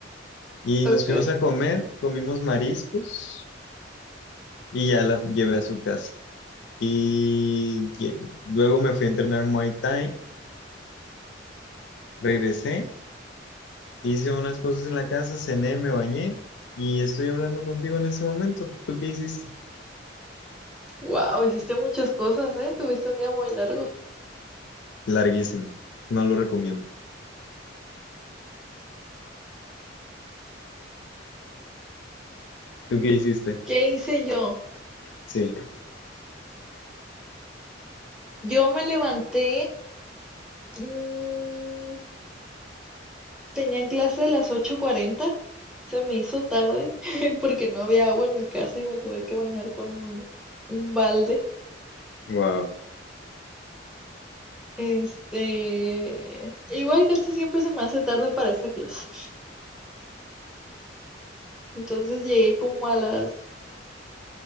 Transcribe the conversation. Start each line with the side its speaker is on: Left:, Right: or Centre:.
Left: Y
Centre: Ok.
Left: nos fuimos a comer, comimos mariscos. y ya la llevé a su casa. Y lle- luego me fui a entrenar Muay Thai, regresé, hice unas cosas en la casa, cené, me bañé y estoy hablando contigo en este momento. ¿Tú qué hiciste?
Centre: Wow, hiciste muchas cosas, ¿eh? Tuviste un día muy largo.
Left: Larguísimo, no lo recomiendo. ¿Tú qué hiciste?
Centre: ¿Qué hice yo?
Left: Sí,
Centre: Yo me levanté. mm, tenía clase a las ocho cuarenta. Se me hizo tarde <laughs> porque no había agua en mi casa y me tuve que bañar con un balde.
Left: wow.
Centre: Este, igual casi siempre se me hace tarde para esa clase. <laughs> Entonces llegué como a las